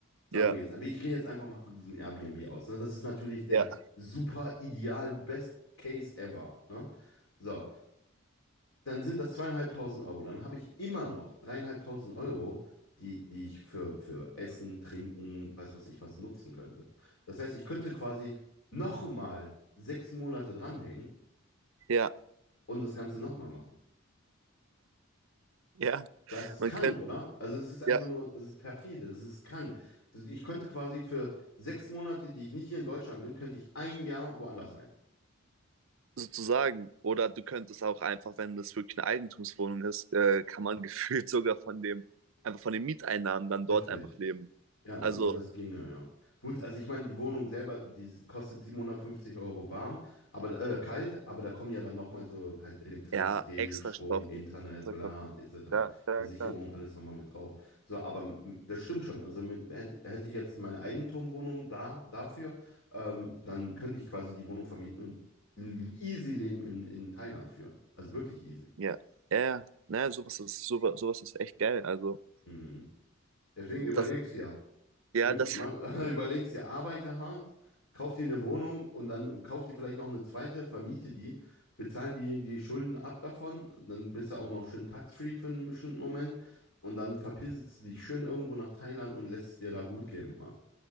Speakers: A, on the left (about 60°); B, on the right (about 65°).
A: sagen
B: ja,
A: wir jetzt. Aber ich gehe jetzt einfach mal von diesem Airbnb aus. Ne? Das ist natürlich der
B: ja,
A: super ideal Best Case ever. Ne? So, dann sind das zweieinhalbtausend Euro. Dann habe ich immer noch dreieinhalbtausend Euro, die, die ich für, für Essen, Trinken, weiß was ich was nutzen könnte. Das heißt, ich könnte quasi nochmal sechs Monate dranhängen
B: ja,
A: und das Ganze nochmal machen.
B: ja.
A: Das ist
B: Man
A: krank,
B: könnte,
A: oder? Also es ist einfach
B: ja,
A: nur, das ist perfide, das ist krank. Also, Ich könnte quasi für sechs Monate, die ich nicht hier in Deutschland bin, könnte ich ein Jahr woanders sein.
B: sozusagen. Oder du könntest auch einfach, wenn das wirklich eine Eigentumswohnung ist, äh, kann man <laughs> gefühlt sogar von dem, einfach von den Mieteinnahmen dann dort
A: Richtig.
B: einfach leben.
A: Ja,
B: Also,
A: also das ginge, ja. Gut, also ich meine, die Wohnung selber, die kostet 750 Euro warm, aber äh, kalt, aber da kommen ja dann nochmal so halt Elektrizität,
B: ja, extra
A: Strom,
B: Stoffen.
A: Internet,
B: Extra
A: bla,
B: Kosten.
A: etc.
B: Ja, klar,
A: Versicherung,
B: klar.
A: alles nochmal mit drauf. So, aber mm, das stimmt schon. Also mit, hätte, hätte ich jetzt meine Eigentumwohnung da dafür, ähm, dann könnte ich quasi die Wohnung vermieten und ein easy Leben in, in Thailand führen. Also wirklich easy.
B: Ja, ja, ja. Naja, sowas ist, sowas, sowas ist echt geil. Also,
A: Mhm. Deswegen
B: das,
A: überleg's ja.
B: ja,
A: Nimm-
B: das.
A: Man, <laughs> überlegst dir, arbeite hart, kauf dir eine Wohnung und dann kauf dir vielleicht noch eine zweite, vermiete die, bezahl die, die Schulden ab davon, dann bist du auch noch schön tax-free für einen bestimmten Moment und dann verpisst du dich schön irgendwo nach Thailand und lässt es dir da gut gehen, Hammer.